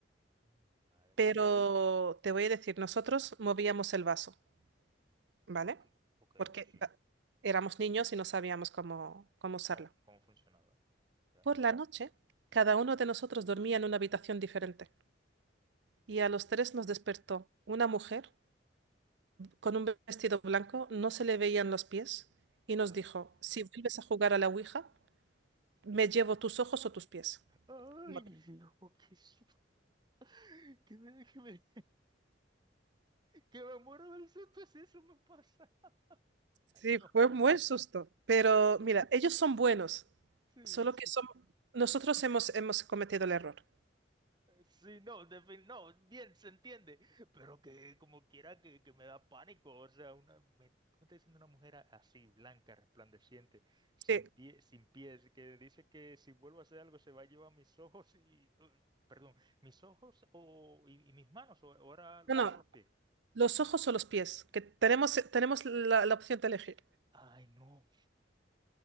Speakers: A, on the right; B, on the right.
A: Ay, mi madre.
B: Pero
A: y-
B: te voy a decir, nosotros movíamos el vaso, ¿vale?
A: Ok, ok,
B: Porque
A: sí.
B: ah, éramos niños y no sabíamos cómo, cómo usarla.
A: ¿Cómo, cómo funcionaba? ¿Ya?
B: Por la noche, cada uno de nosotros dormía en una habitación diferente y a los
A: Sí.
B: tres nos despertó una mujer con un vestido blanco, no se le veían los pies y
A: Ah.
B: nos dijo, si vuelves a jugar a la Ouija, me llevo tus ojos o tus pies.
A: Ay,
B: Como-
A: hijo, qué susto. <laughs> Que me, que me, que me muero del susto si eso me pasa. Ay,
B: Sí,
A: no.
B: fue un buen susto. Pero mira, ellos son buenos,
A: Sí,
B: solo
A: sí.
B: que son... Nosotros hemos, hemos cometido el error.
A: Eh, Sí, no, defin- no, bien, se entiende, pero que como quiera que, que me da pánico, o sea, una, me, ¿cómo está diciendo una mujer a- así, blanca, resplandeciente, sin
B: Sí.
A: pie, sin pies, que dice que si vuelvo a hacer algo se va a llevar mis ojos y, eh, perdón, mis ojos o, y, y mis manos, o ahora, ahora
B: Bueno,
A: los pies?
B: los ojos o los pies, que tenemos, tenemos la, la opción de elegir.
A: Ay, no.